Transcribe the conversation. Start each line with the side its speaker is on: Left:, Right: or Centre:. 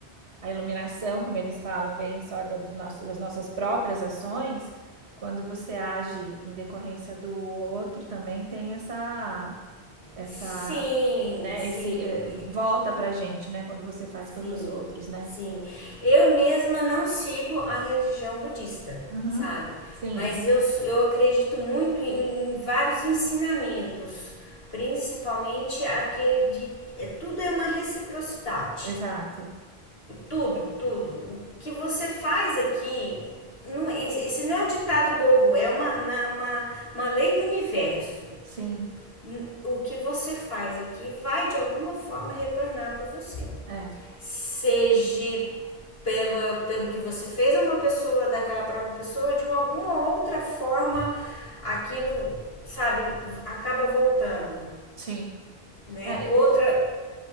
Right: a iluminação, como eles falam, vem só da- do nosso, das nossas próprias ações, quando você age em decorrência do outro, também tem essa, essa,
Left: Sim,
Right: né?
Left: sim.
Right: Esse eh, volta para a gente, né? Quando você faz pelos
Left: Sim,
Right: outros, né?
Left: sim. Eu mesma não sigo a religião budista,
Right: Uhum.
Left: sabe?
Right: Sim,
Left: Mas eu, s- eu acredito muito em, em vários ensinamentos, principalmente aquele de é, tudo é uma reciprocidade.
Right: exato.
Left: Tudo, tudo. O que você faz aqui, não, esse esse não é um ditado bobo, é uma, uma, uma, uma lei do universo.
Right: Sim,
Left: N- O que você faz aqui vai de alguma forma retornar para você
Right: é,
Left: seja pela, pelo que você fez a uma pessoa, daquela própria pessoa, de alguma outra forma, aquilo, sabe, acaba voltando,
Right: sim.
Left: né?
Right: É,
Left: Outra,